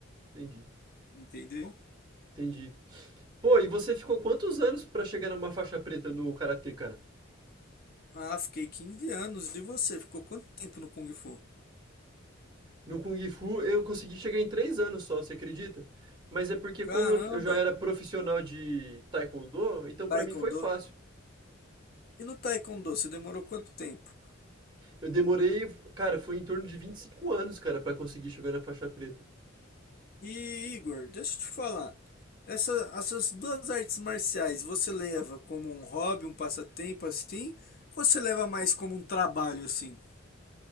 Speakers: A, on the right (about 25°); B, on the left (about 50°).
A: Entendi,
B: entendeu?
A: entendi. Pô, e você ficou quantos anos pra chegar numa faixa preta no karatê, cara?
B: Ah, fiquei 15 anos. E você? Ficou quanto tempo no Kung Fu?
A: No Kung Fu eu consegui chegar em três anos só, você acredita? Mas é porque
B: Caramba!
A: como eu, eu já era profissional de taekwondo, então pra
B: Taekwondo?
A: mim foi fácil.
B: E no Taekwondo, você demorou quanto tempo?
A: Eu demorei, cara, foi em torno de 25 anos, cara, pra conseguir chegar na faixa preta.
B: E Igor, deixa eu te falar. Essa, essas duas artes marciais, você leva como um hobby, um passatempo assim? Ou você leva mais como um trabalho assim?